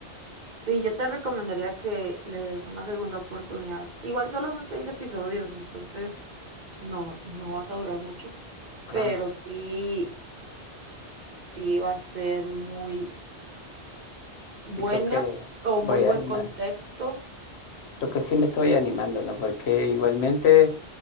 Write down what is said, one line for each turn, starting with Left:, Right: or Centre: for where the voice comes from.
Right: Sí, yo te recomendaría que le des una segunda oportunidad. Igual solo son seis episodios, entonces no, no vas a durar mucho,
Left: Ah,
Right: pero sí, sí va a ser muy buena
Left: y creo que
Right: o
Left: voy
Right: muy buen
Left: a animarme.
Right: contexto.
Left: Creo que sí me estoy animando, ¿no? Porque igualmente...